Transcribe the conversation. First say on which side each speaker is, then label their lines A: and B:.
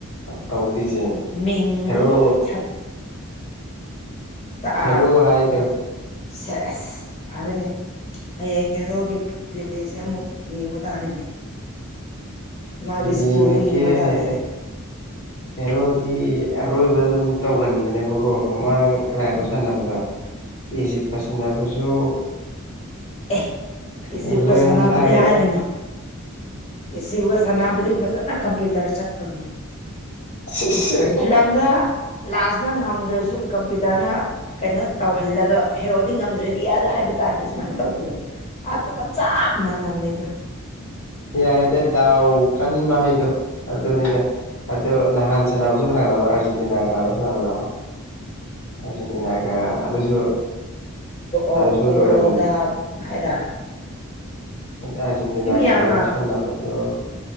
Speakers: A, on the left (about 70°); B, on the left (about 30°).
A: ꯇꯧꯗꯣꯏꯁꯦ
B: ꯃꯤꯡꯗꯨ
A: ꯍꯦꯔꯣ
B: ꯁꯟ
A: ꯍꯦꯔꯣ
B: ꯑ
A: ꯍꯥꯏꯗꯣ
B: ꯁꯦꯁ ꯐꯔꯦꯅꯦ ꯍꯥꯌꯦꯡ ꯍꯦꯔꯣꯒꯤ ꯄ꯭ꯂꯦꯁꯦ ꯑꯃꯨꯛ ꯌꯦꯡꯕꯥ ꯇꯥꯔꯦꯅꯦ ꯃꯥꯒꯤ ꯏꯁꯀꯤꯜꯗꯣ
A: ꯌꯦꯡꯉꯛꯀꯦ
B: ꯌꯦꯡꯕ ꯇꯥꯔꯦꯅꯦ
A: ꯍꯦ ꯍꯦꯔꯣꯗꯤ ꯑꯔꯣꯏꯕꯗ ꯑꯗꯨꯝ ꯇꯧꯒꯟꯕꯥꯅꯦꯕꯀꯣ ꯃꯃꯥꯡ ꯀꯅꯥꯅꯣ ꯁꯥꯟꯅꯕꯗꯣ ꯏꯖꯤꯞꯀꯥ ꯁꯥꯟꯅꯕꯁꯨ
B: ꯑꯦ ꯏꯖꯤꯞꯀꯥ
A: ꯂꯣꯏꯔꯝꯗꯥꯏꯗ
B: ꯁꯥꯟꯅꯕꯗꯤ ꯍꯥꯏꯔꯅꯨ ꯏꯖꯤꯞꯀꯥ ꯁꯅꯥꯕꯗꯤ ꯐꯖꯥꯅ ꯀꯝꯄ꯭ꯌꯨꯇꯔ ꯆꯠꯈ꯭ꯔꯕꯅꯦ
A: ꯁꯤꯁ
B: ꯐꯤꯂꯝꯗ ꯂꯥꯁꯇ ꯉꯝꯗ꯭ꯔꯁꯨ ꯀꯝꯄ꯭ꯌꯨꯇꯔꯅ ꯀꯩꯅꯣ ꯇꯧꯍꯜꯂꯒ ꯍꯦꯔꯣꯗꯤ ꯉꯝꯗ꯭ꯔꯥꯗꯤ ꯌꯥꯗꯦ ꯍꯥꯏꯕ ꯇꯥꯏꯞꯇꯥ ꯁꯨꯃꯥꯏꯅ ꯇꯧꯕ ꯗꯣ ꯑꯗꯨꯒ ꯆꯞ ꯃꯥꯟꯅꯕꯅꯦꯗ
A: ꯌꯥꯏꯗ ꯗꯥꯎ ꯀꯟꯕ ꯍꯥꯏꯗꯣ ꯑꯗꯨꯅꯤꯗ ꯑꯗꯨ ꯅꯍꯥꯟ ꯁꯥꯟꯅꯕꯥꯁꯨ ꯀꯅꯥꯅꯣꯕꯥ ꯑꯥꯔꯖꯦꯟꯇꯤꯅꯥꯒ ꯀꯅꯥꯅꯣ ꯁꯥꯟꯅꯕꯥꯗꯣ ꯑꯥꯔꯖꯦꯟꯇꯤꯅꯥꯒ ꯑꯗꯨꯁꯨ ꯑꯗꯨꯁꯨ
B: ꯑꯣ ꯀꯣꯔꯣꯗꯥꯥ
A: ꯂꯣꯏꯔꯝ
B: ꯍꯦꯔ
A: ꯑꯔꯖꯦꯟꯇꯤꯅꯥꯒꯅ
B: ꯌꯥꯝꯅ
A: ꯑꯃꯨꯁꯥꯟꯅꯕꯗꯨꯣ